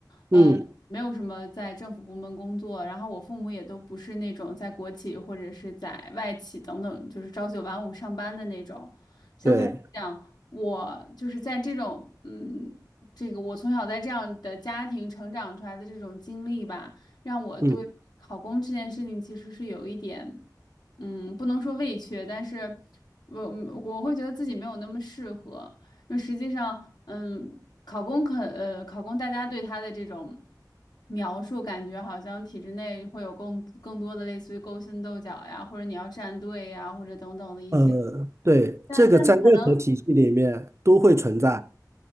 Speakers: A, on the right; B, on the left.
A: 嗯，
B: 呃，没有什么在政府部门工作，然后我父母也都不是那种在国企或者是在外企等等，就是朝九晚五上班的那种。相对来讲，
A: 对，
B: 我就是在这种嗯，这个我从小在这样的家庭成长出来的这种经历吧，让我对考公这件事情其实是有一点。
A: 嗯，
B: 嗯，不能说畏怯，但是我我会觉得自己没有那么适合，因为实际上，嗯，考公可呃，考公大家对他的这种描述，感觉好像体制内会有更更多的类似于勾心斗角呀，或者你要站队呀，或者等等的一些，
A: 呃，对，
B: 但但可能。
A: 这个在任何体系里面都会存在